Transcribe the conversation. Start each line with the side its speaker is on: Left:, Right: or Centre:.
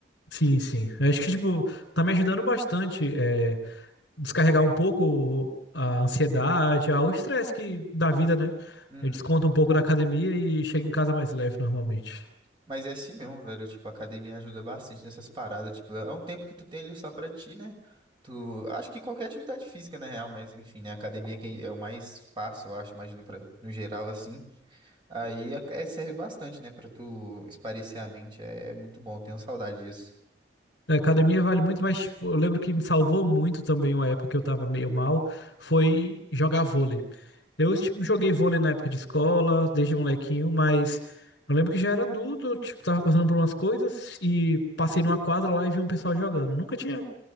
Left: Sim, sim. Eu acho que, tipo, tá me ajudando bastante, é, descarregar um pouco a ansiedade, ah, o estresse que da vida, né?
Right: Uhum.
Left: Eu desconto um pouco na academia e chego em casa mais leve normalmente.
Right: Mas é assim mesmo, velho. Tipo, a academia ajuda bastante nessas paradas. Tipo, é um tempo que tu tem ali só pra ti, né? Tu... Acho que qualquer atividade física, na real, mas enfim, né? A academia que é o mais fácil, eu acho, imagino, pra... no geral, assim. Aí é, é- serve bastante, né, pra tu espairecer a mente. É, é muito bom, eu tenho saudade disso.
Left: A academia vale muito, mas tipo, eu lembro que me salvou muito também uma época que eu tava meio mal, foi jogar vôlei. Eu, tipo, joguei vôlei na época de escola, desde molequinho, mas eu lembro que já era adulto, eu, tipo, tava passando por umas coisas e passei numa quadra lá e vi um pessoal jogando. Eu nunca tinha